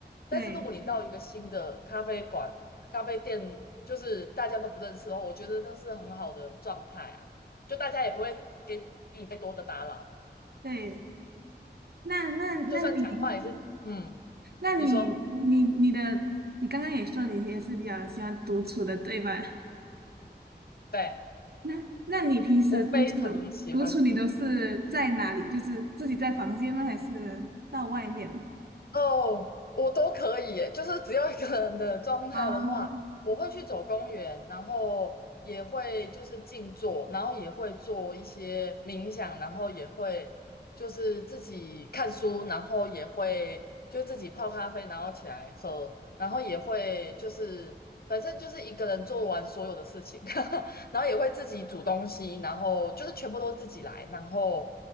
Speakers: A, on the left; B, on the right.
A: 但是如果你到一个新的咖啡馆，
B: 对
A: 咖啡店就是大家都不认识的话，我觉得那是很好的状态啊。就大家也不会给你太多的打扰，
B: 对，那那那你
A: 就算讲话也是，嗯，
B: 那你你你的你刚刚也说你也是比较喜欢独处的，
A: 你说，
B: 对吧？
A: 对，
B: 那那你平时独处
A: 我非常喜欢读。
B: 独处你都是在哪里？就是自己在房间吗？还是到外面？
A: 哦，我都可以耶，就是只要一个人的状态的话，
B: 啊，
A: 我会去走公园，然后也会就是静坐，然后也会做一些冥想，然后也会就是自己看书，然后也会就自己泡咖啡，然后起来喝，然后也会就是反正就是一个人做完所有的事情，<laughs> 然后也会自己煮东西，然后就是全部都是自己来，然后